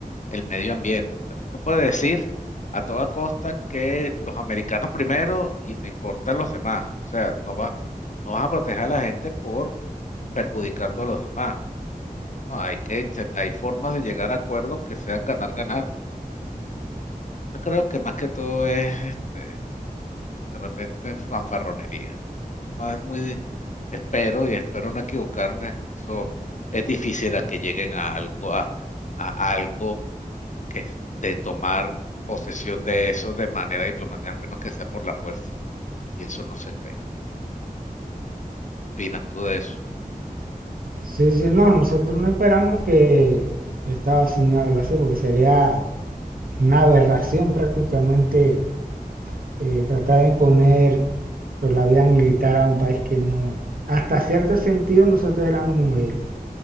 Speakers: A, on the left (about 55°); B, on the right (about 70°).
A: el medio ambiente. O sea, tú no puedes decir a toda costa que los americanos primero y me importan los demás. O sea, no vas, no vas a proteger a la gente por perjudicando a los demás. No, hay que, se- hay formas de llegar a acuerdos que sean ganar, ganar. Yo creo que más que todo es, este, de repente fanfarronería. Ah, Es muy, espero y espero no equivocarme. Eso es difícil a que lleguen a algo, a, a algo que es de tomar posesión de eso de manera diplomática, al menos que sea por la fuerza. Y eso no se espera. ¿Qué opinas tú de eso?
B: sí dice, no, nosotros no esperamos que Estados Unidos lo hace porque sería una aberración prácticamente eh, tratar de imponer por la vía militar a un país que no, hasta cierto sentido nosotros éramos el-